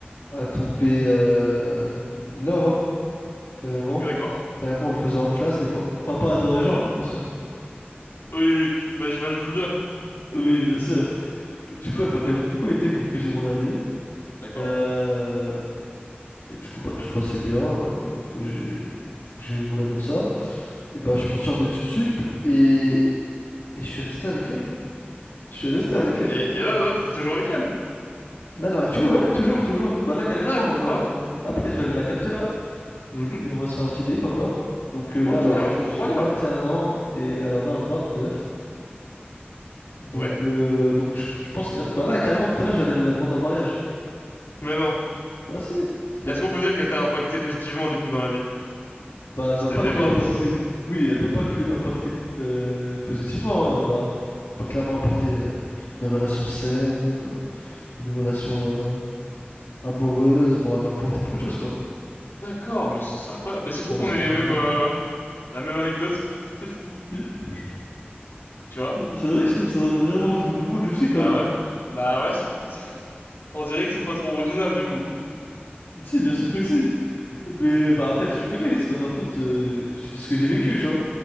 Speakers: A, on the left; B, on the left.
A: à tomber euh, in love, hein, carrément.
B: Ok, d'accord.
A: Carrément, on le faisait en classe des fois. Enfin, pas devant les gens, hein, bien sûr.
B: Oui, oui. Bah, j'imagine bien.
A: Oui, bien sûr. Et du coup, elle m'a quand même beaucoup aidé pour que j'ai mon année.
B: D'accord.
A: Et, euh, et du coup, bah, tout se passait bien. euh, Une fois que j'ai une fois que j'ai eu mon année de ça, et bah, je suis parti en études sup et, et je suis resté avec elle. Je suis resté
B: Ouais.
A: avec elle,
B: Et,
A: carrément.
B: et là, là, t'es toujours avec elle?
A: Là, à l'heure actuelle, ouais, toujours, toujours. Bah là, carrément,
B: D'accord.
A: euh, après, je vais aller la capter, là. Et
B: Mhm.
A: on va se faire un petit date encore. Donc euh,
B: Ok,
A: là, à l'heure actuelle,
B: incroyable.
A: j'ai 21 ans et elle en a 29. Donc,
B: Ouais.
A: euh, donc je, je pense que... Bah là, carrément, tout à l'heure, j'allais la demander en mariage.
B: Mais non.
A: Bah si, ça fait...
B: Est-ce qu'on peut dire qu'elle t'a impacté positivement, du coup, dans la vie?
A: Bah
B: Parce que
A: elle
B: c'était
A: m'a pas
B: le débat.
A: que impacté...
B: <laughs>
A: Oui, elle m'a pas que impacté euh, positivement. hein. Elle m'a pas clairement apporté euh, une relation saine, euh, une relation euh, amoureuse. Bon, elle m'a apporté beaucoup de choses, quoi.
B: D'accord, mais c'est c'est incroyable. Mais c'est fou
A: Une relation
B: qu'on ait
A: charnelle.
B: les mêmes, euh, la même anecdote. C'est fou,
A: <laughs>
B: tu vois?
A: C'est vrai que je trouve ça vraiment fou. Le monde est petit
B: Bah
A: quand même. hein.
B: ouais. Bah ouais. <laughs> c'est- c'est- On dirait que c'est pas trop original du coup.
A: Si, bien sûr que si. Mais bah après, tu je connais, c'est pas de ma faute. euh, je te dis ce que j'ai vécu, tu vois.